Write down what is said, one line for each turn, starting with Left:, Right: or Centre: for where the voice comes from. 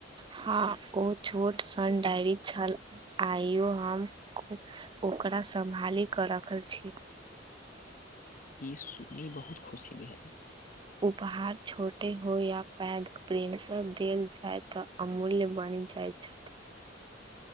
Right: हँ ओ छोट सन डायरी छल आइयो हम ओकरा सम्भाली कऽ रखल छी।
Left: ई सुननी बहुत खुशी भेल।
Right: उपहार छोटे हो या पैघ प्रेम से देल जाय त अमूल्य बानि जाइ छल।